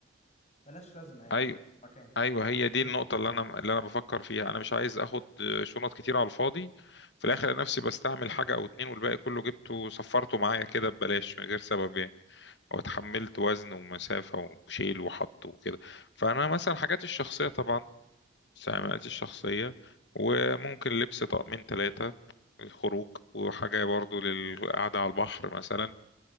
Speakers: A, on the left; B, on the left.
A: ملهاش لازمة يعني
B: ايوه
A: مكان
B: ايوه هي
A: حاجات
B: دي
A: مش هت-
B: النقطة اللي انا اللي انا بفكر فيها انا مش عايز اخد آه، شنط كتير على الفاضي في الاخر نفسي بستعمل حاجة او اتنين والباقي كله جبته صفرته معايا كده ببلاش من غير سبب يعني واتحملت وزن ومسافة وشيل وحط وكده فأنا مثلا حاجاتي الشخصية طبعا استعمالاتي الشخصية وممكن لبس طقمين ثلاثة الخروج وحاجة برضو للقعدة على البحر مثلا